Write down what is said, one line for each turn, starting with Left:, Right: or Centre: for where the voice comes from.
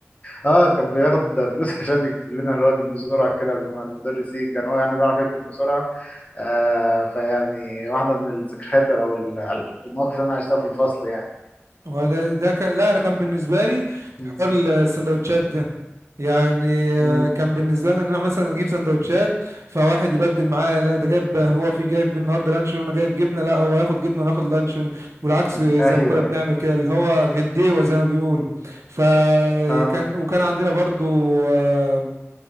Left: اه كان بياخد فلوس <laughs> عشان يكتب لنا الواجب بسرعة كده قبل ما المدرس يجي كان هو يعني بيعرف يكتب بسرعة آه فيعني واحدة من الذكريات أو ال- المواقف اللي أنا عشتها في الفصل يعني
Right: هو ده ده كان لا انا كان بالنسبه لي
Left: مم.
Right: حوار السندوتشات ده يعني آه،
Left: مم.
Right: كان بالنسبه لي ان انا مثلا اجيب سندوتشات فواحد يبدل معايا لا ده جايب هو في جايب النهارده لانشون وانا جايب جبنه لا هو ياخد جبنه وانا اخد لانشون والعكس
Left: <laughs>
Right: زي
Left: أيوه
Right: ما كنا بنعمل
Left: أيوه
Right: كده اللي هو غديوه زي ما بيقول فكان
Left: اه
Right: وكان عندنا برضو آه،